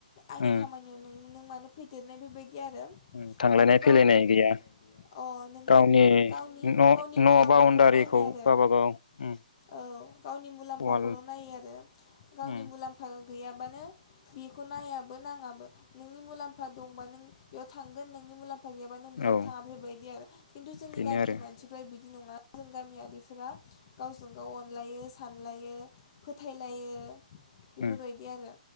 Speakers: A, on the left (about 40°); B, on the left (about 75°).
A: आंनि
B: उम
A: खामानियाव नों नों मानो फैदेरनाय बेबायदि आरो। माने
B: उम थांलायनाय
A: गावनि
B: फैलायनाय
A: अ
B: गैया
A: नोंहा
B: गावनि
A: गावनि
B: न' न'
A: मुलाम्फाखौल'
B: बाउणडारिखौ
A: नायनाय आरो
B: गावबागाव उम
A: औ गावनि मुलाम्फाखौल'
B: वाल
A: नायो आरो गावनि
B: उम
A: मुलाम्फा गैयाबानो बेखौ नायाबो नाङाबो नोंनि मुलाम्फा दंबा नों बेयाव थांगोन नोंनि मुलाम फा गैयाबा नों बेयाव
B: औ
A: थाङा बेफोरबायदि आरो खिन्थु जोंनि
B: बेनो
A: गामिनि
B: आरो
A: मानसिफ्रा बि बिदि नङा जों गामियारिफोरा गावजों गाव अनलायो। सानलायो फोथायलायो। <inaudible> बेफोरबायदि
B: उम
A: आरो।